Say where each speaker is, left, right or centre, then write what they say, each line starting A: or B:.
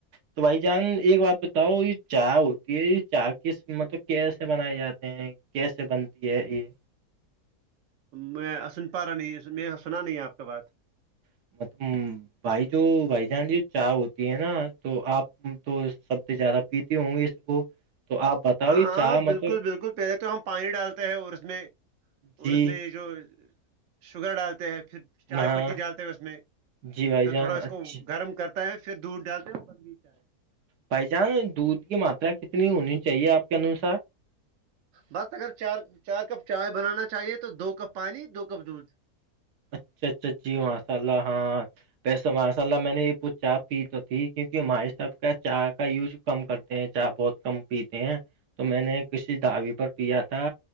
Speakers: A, on the right; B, on the right.
A: تو بھائی جان ایک بات بتاؤ یہ چاہ ہوتی ہے چاہ کس مطلب کیسے بنائے جاتے ہیں کیسے بنتی ہے یہ
B: میں اسن پارا نہیں میں سنا نہیں آپ کا بات
A: <inaudible> بھائی جو بھائی جانجی چاہ ہوتی ہے نا تو آپ تو سب سے زیادہ پیتی ہوں گی اس کو تو آپ بتاؤ
B: ہاں
A: یہ
B: ہاں
A: چائے
B: بالکل
A: مطلب
B: بالکل پہلے تو ہم پانی ڈالتے ہیں اور اس میں اور
A: جی
B: اس میں جو شوگر ڈالتے ہیں پھر چائے
A: ہاں
B: پتی ڈالتے ہیں اس میں
A: جی بھائی
B: پھر
A: جان
B: تھوڑا اس
A: اچھی
B: کو گرم کر تا ہے پھر دودھ ڈالتے وہ بن گئی چاہ
A: بھائی جان دودھ کی ماترا کتنی ہونی چاہیے آپ کے انوسار
B: بس اگر چار چار کپ چائے بنانا چاہیے تو دو کپ پانی دو کپ دودھ
A: اچھا اچھا جی ماںشاء اللہ ہااں ویسے تو ماشاء اللہ میں نے یہ چاہ پی تو تھی کیونکہ ہمے صاحب کا چاہ کا یوز کم کرتے ہیں چاہ بہت کم پیتے ہیں تو میں نے کسی دعوی پر پیا تھا